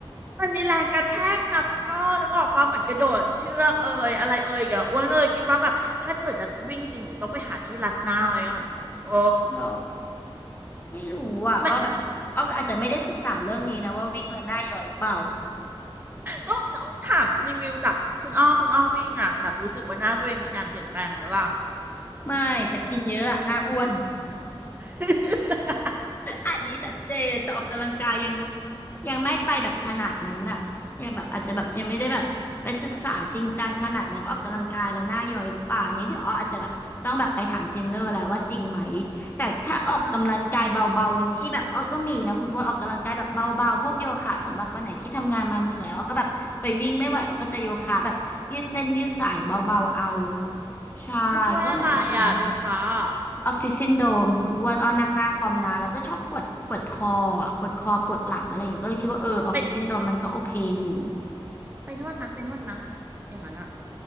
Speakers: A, on the right; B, on the left.
A: มันมีแรงกระแทกนะคุณอ้อต้องออกมาเหมือนกระโดดเชือกเอ่ยอะไรเอ่ยอย่าอ้วนเอ่ยคิดว่าแบบถ้าเกิดจะวิ่งจริงเดี๋ยวต้องไปหาที่รัดหน้าไว้ก่อนโอ้
B: หรอไม่รู้อ่ะอ้อแบบอ้อก็อาจจะไม่ได้ศึกษาเรื่องนี้นะว่าวิ่งแล้วหน้าหย่อยเปล่า
A: ไม่ต้องต้องถามรีวิวจากคุณอ้อคุณอ้อวิ่งอะแบบรู้สึกว่าหน้าตัวเองมีการเปลี่ยนแปลงเวลาล
B: ไม่แต่กินเยอะอะหน้าอ้วน
A: ่ะ
B: อันนี้ชัดเจนแต่ออกกำลังกายยังยังไม่ไปแบบขนาดนั้นน่ะยังแบบอาจจะแบบยังไม่ได้แบบไปศึกษาจริงจังขนาดนั้นว่าออกกำลังกายแล้วหน้าย่อยหรือเปล่าอันนี้เดี๋ยวอออาจจะแบบต้องแบบไปถามเทรนเนอร์แล้วว่าจริงไหมแต่ถ้าออกกำลังกายเบาๆวันที่แบบอ้อก็มีนะคุณอ้วนออกกำลังกายแบบเบาๆพวกโยคะสำหรับวันไหนที่ทำงานมาเหนื่อยอ้อก็แบบไปวิ่งไม่ไหวอ้อก็จะโยคะแบบยืดเส้นยืดสายเบาๆเอา
A: ใช่
B: ใช่ก็มันโอเคนะ
A: มันช่วยอะไรอ่ะโยคะอะ
B: ออฟฟิศซินโดรมคุณอ้วนอ้อนั่งหน้าคอมนานแล้วก็ชอบปวดปวดคออ่ะปวดคอปวดหลังอะไรอย่างเงี้ยก็เลยคิดว่าเออออฟฟิศซินโดรมมันก็โอเคอยู่
A: ไปไปนวดมาไปนวดมาอย่างนั้นอะ